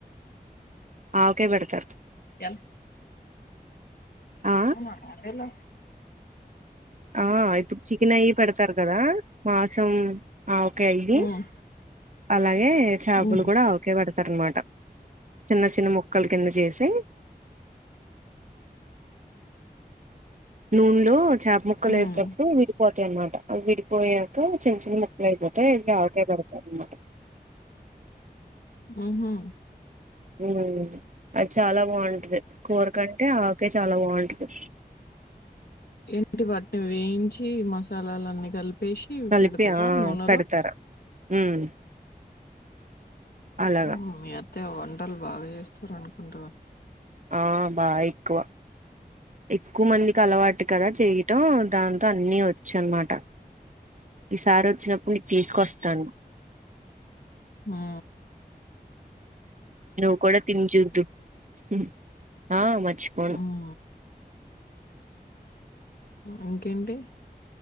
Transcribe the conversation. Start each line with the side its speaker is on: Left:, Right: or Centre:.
Right: ఆవకాయ్ పెడతారు
Left: యన్
Right: ఆ
Left: అవునా అదేలా
Right: ఆ ఇప్పుడు చికెన్ అయి ఇయి పెడతారు గదా మాంసం ఆవకాయి
Left: ఉమ్
Right: అలాగే చేపలు
Left: ఉమ్
Right: గూడ ఆవకాయ పెడతారన్న మాట చిన్న చిన్న మొక్క ముక్కలు కింద జేసీ నూనెలో చేప ముక్కలు
Left: ఉమ్
Right: ఏవేటప్పుడు విడిపోతాయి అన్నమాట అవి విడిపోయాక చిన్న చిన్న ముక్క ఇలా అయిపోతేయి అవకాయ్ పెడతారన్నమాట
Left: ఉహూ
Right: ఉమ్మ్ అది చాలా బావుంటది కూరకంటే ఆ కే చాలా బావుంటది
Left: ఏంటి వాటిని వేయించి మసాలాలన్నీ గలిపి ఉప్పు
Right: కలిపి
Left: పెడతారా
Right: ఆ
Left: నూనెలో
Right: పెడతారు ఉమ్ అలాగా
Left: ఉమ్మ్ మీ అత్తయ్య వంటలు బాగా జేస్తారనుకుంటాగా
Right: ఆ బాగ్ ఎక్కువ ఎక్కువ మందికి అలవాటు కదా చేయటం దాంతో అన్ని వచ్చు అన్నమాట ఈసారి వచ్చినప్పుడు నీకు తీసుకొస్తాను
Left: హా ఆ
Right: నువ్వు కూడా తిని చూద్దువు ఆ మచ్చిపోను
Left: ఉమ్ ఇంకేంటి